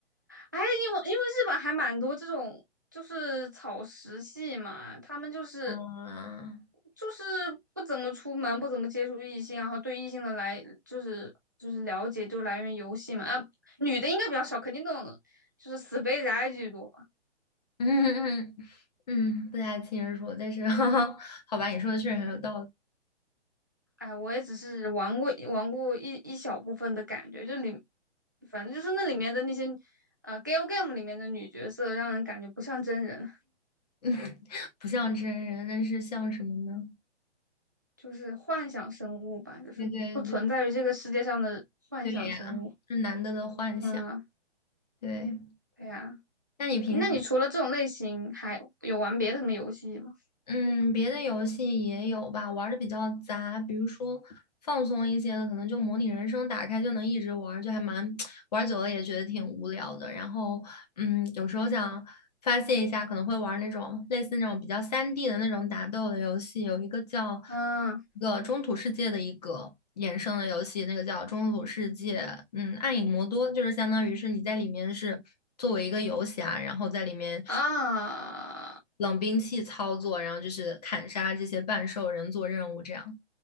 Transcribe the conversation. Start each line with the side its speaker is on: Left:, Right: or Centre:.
Right: 哎，因为因为日本还蛮多这种就是草食系嘛，他们就是
Left: 啊。
Right: 就是不怎么出门，不怎么接触异性，然后对异性的来就是就是了解就来源游戏嘛，啊，女的应该比较少，肯定那种就是死肥宅居多吧。
Left: 嗯嗯嗯，不太清楚，但是 <laughs> 好吧，你说的确实很有道理，
Right: 哎，我也只是玩过玩过一一小部分的感觉，就里，反正就是那里面的那些，呃，Gal Game 里面的女角色，让人感觉不像真人，
Left: <laughs> 不像真人，但是像什么呢？
Right: 就是幻想生物吧，就是不存在于这个世界上的幻想生物。
Left: 对对对对呀，是难得的幻想。
Right: 嗯，
Left: 对，
Right: 对呀。
Left: 那你平时
Right: 那你除了这种类型，还有玩别的什么游戏吗？
Left: 嗯，别的游戏也有吧，玩的比较杂，比如说放松一些的，可能就模拟人生，打开就能一直玩儿就还蛮 <tsk> 玩久了也觉得挺无聊的。然后，嗯，有时候想发泄一下，可能会玩儿那种类似那种比较三 d 的那种打斗的游戏，有一个叫
Right: 嗯
Left: 一个中土世界的一个衍生的游戏，那个叫中土世界，嗯，暗影魔多，就是相当于是你在里面是作为一个游侠，然后在里面。
Right: 啊
Left: 冷兵器操作，然后就是砍杀这些半兽人做任务这样。